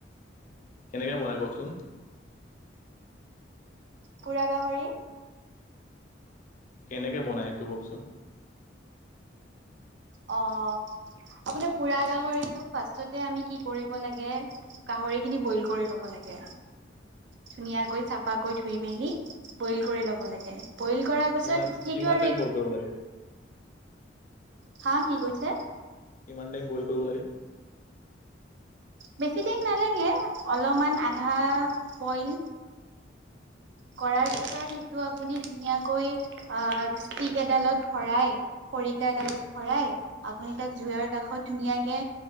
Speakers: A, on the left; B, on the right.
A: কেনেকৈ বনাই কওঁকচোন?
B: পুৰা গাহৰি?
A: কেনেকৈ বনায়, সেইটো কওঁকচোন?
B: অ'! আপুনি পুৰা গাহৰিটো ফাৰ্ষ্টতে আমি কি কৰিব লাগে, গাহৰি খিনি বইল কৰি ল'ব লাগে। ধুনীয়াকৈ, চাফাকৈ ধুই মেলি, বইল কৰি ল'ব লাগে। বইল কৰা পাছত
A: কিমান
B: সেইটো
A: কিমান
B: আৰু
A: টাইম বইল কৰিব লাগে।
B: হাঁ, কি কৈছে?
A: কিমান টাইম বইল কৰিব লাগে?
B: বেছি টাইম নালাগে, অলপমান আধা বইল, কৰাৰ পিছত, সেইটো আপুনি ধুনীয়াকৈ আঁ ষ্টিক এডালত ভৰাই খৰিকা এডালত ভৰাই, আপুনি তাত জুইৰ কাষত ধুনীয়াকে